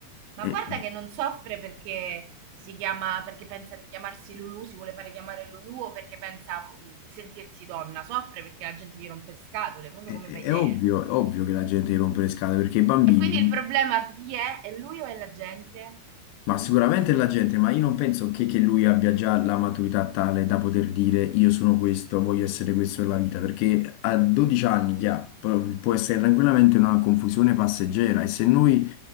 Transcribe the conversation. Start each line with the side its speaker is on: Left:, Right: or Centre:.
Right: Ma
Left: e-
Right: guarda che non soffre perché si chiama, perché pensa di chiamarsi Lulu, si vuole fare chiamare Lulu o perché pensa mh, di sentirsi donna, soffre perché la gente gli rompe le scatole, proprio
Left: e-
Right: come
Left: È,
Right: fai te.
Left: ovvio, è ovvio che la gente gli rompe le scatole perché i bambini,
Right: E quindi il problema chi è? È lui o è la gente?
Left: Ma sicuramente la gente, ma io non penso che, che lui abbia già la maturità tale da poter dire io sono questo, voglio essere questo nella vita, perché a 12 anni che ha, pu- può essere tranquillamente una confusione passeggera e se noi,